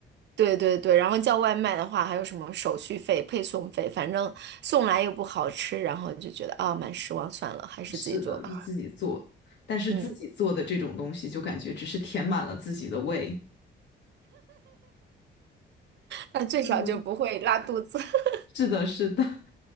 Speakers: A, on the right; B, on the left.
A: 对对对，然后叫外卖的话，还有什么手续费、配送费，反正送来又不好吃，然后就觉得啊，蛮失望，算了，还是自己做吧。
B: 是的，就自己做，但是自己做的这种东西就感觉只是填满了自己的胃。
A: 嗯，但最少就不会拉肚子。
B: 嗯，
A: <laughs>
B: 是的，是的，<laughs>